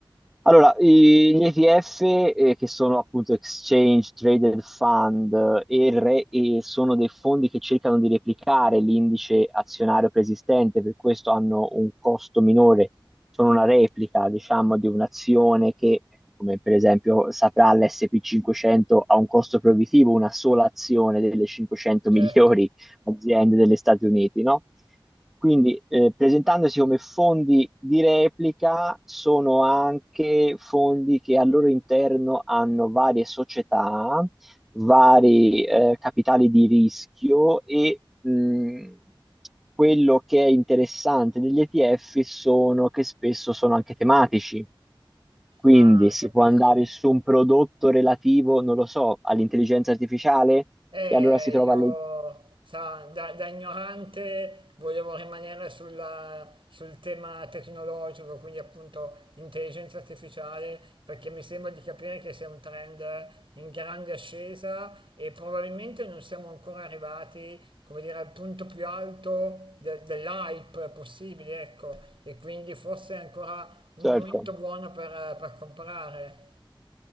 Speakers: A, in the centre; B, on the right (about 75°).
A: Allora, i- gli ETF, eh, che sono appunto Exchange Traded Fund, eh, e re- e sono dei fondi che cercano di replicare l'indice azionario preesistente, per questo hanno un costo minore, sono una replica, diciamo, di un'azione che, come per esempio saprà l'S&P 500, ha un costo proibitivo, una sola azione delle 500
B: Certo.
A: migliori <laughs> aziende degli Stati Uniti, no? Quindi, eh, presentandosi come fondi di replica, sono anche fondi che al loro interno hanno varie società, vari eh, capitali di rischio e mh, quello che è interessante degli ETF sono che spesso sono anche tematici. Quindi
B: Ah,
A: si
B: capisco.
A: può andare su un prodotto relativo, non lo so, all'intelligenza artificiale
B: Eh,
A: e allora si trova
B: io,
A: alle...
B: sa, da, da ignorante volevo rimanere sulla- sul tema tecnologico, quindi appunto intelligenza artificiale, perché mi sembra di capire che sia un trend in grande ascesa e probabilmente non siamo ancora arrivati, come dire, al punto più alto de- dell'hype possibile, ecco, e quindi forse è ancora un
A: Certo.
B: momento buono per per comprare.